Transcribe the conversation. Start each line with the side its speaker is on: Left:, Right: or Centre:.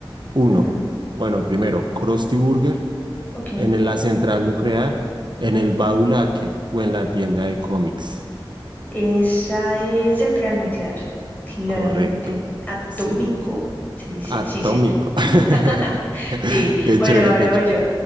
Right: Uno,
Left: mm,
Right: bueno, primero, Krusty Burger,
Left: ok.
Right: en la central nuclear, en el Badulaque o en la tienda de cómics.
Left: Esa es central nuclear, claramente.
Right: Correcto.
Left: Atómico,
Right: Sí,
Left: se dice.
Right: atómico.
Left: Sí, señor. <laughs>
Right: <laughs>
Left: Sí,
Right: Qué
Left: bueno,
Right: chévere,
Left: ahora
Right: qué
Left: voy
Right: chévere.
Left: yo.